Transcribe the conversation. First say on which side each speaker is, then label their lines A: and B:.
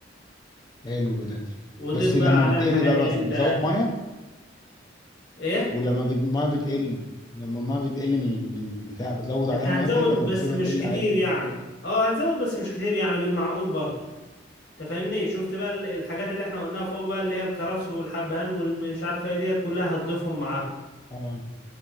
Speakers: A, on the left; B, on the left.
A: حلو ده
B: وضيف
A: بس لما
B: بقى عليها
A: بتقل
B: الحاجات
A: بقى بس-
B: اللي انت
A: بزود ميه
B: ايه
A: ولما بت- الميه بتقل لما الميه بتقل من ال- من البتاع بزود عليها
B: انت هتزود
A: ميه تاني ولا
B: بس
A: بسيبها
B: مش
A: تقل
B: كتير
A: عادي
B: يعني اه هتزود بس مش كتير يعني بالمعقول برضه انت فاهمني شفت بقى ال- الحاجات اللي احنا قلناها فوق بقى اللي هي الكرفس والحبهان والمش عارفة ايه ديت كلها هتضيفهم معاهم
A: اه